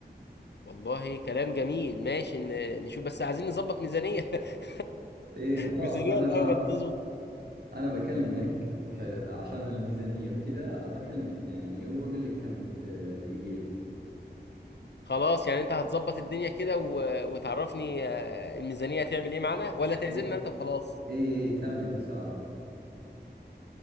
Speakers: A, on the left; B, on the right.
A: والله كلام جميل ماشي ن- نشوف بس عايزين نظبط ميزانيه <laughs>
B: اي خلاص
A: ميزانيه
B: انا
A: الاول
B: ب...
A: تظبط
B: انا بكلمك ح- عشان الميزانية وكذا بكلمك يعني واقول لك كم بت- يبي لك
A: خلاص يعني انت هتظبط الدنيا كده و... وتعرفني آه، الميزانيه هتعمل ايه معانا ولا تعزمنا
B: اي
A: انت وخلاص
B: اي إي، تم يا ابو سعد